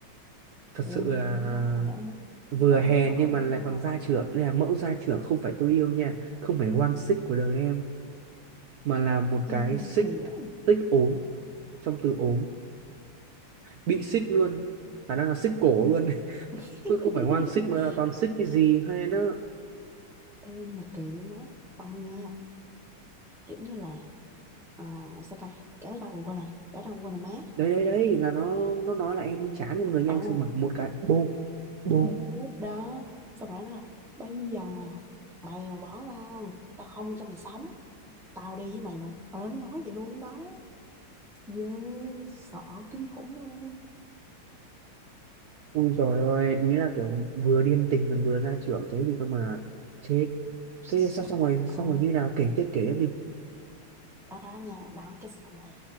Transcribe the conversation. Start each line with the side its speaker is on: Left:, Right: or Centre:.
Right: thật
Centre: ui
Right: sự là
Centre: tới đó là đã muốn
Right: vừa
Centre: đã
Right: hèn
Centre: muốn bỏ
Right: nhưng
Centre: rồi
Right: mà
Centre: đúng
Right: lại
Centre: không
Right: còn gia trưởng Đây là mẫu gia trưởng không phải tôi yêu nha không phải quang xích của đời em mà là một
Centre: ừ
Right: cái
Centre: ừ
Right: xích
Centre: kỳ lắm
Right: tích ốm trong từ ốm bị xích luôn khả năng là xích cổ luôn
Centre: <laughs>
Right: cứ không phải hoang xích mà là toàn xích cái gì hay nó
Centre: Ê, nhưng mà kỳ với má xong nha kiểu như là ờ, sao ta kể tới đâu mà quên rồi kể đâu mà quên rồi má
Right: đấy đấy đấy là nó nó nói là em chán một người nhanh
Centre: ồ
Right: xong mặc một cái bô bô
Centre: bút đó xong rồi nó nói là bây giờ mày mà bỏ tao tao không cho mày sống tao đi với mày luôn ờ nó nói vậy luôn đó ghê sợ kinh khủng luôn
Right: ui rồi ôi ý là kiểu vừa điên tình còn vừa ra trưởng thế thì cơ mà chết
Centre: Sợ-
Right: thế xong xong rồi xong
Centre: ờ,
Right: rồi như nào kể tiếp kể tiếp đi
Centre: đó đó nha đó cái xong rồi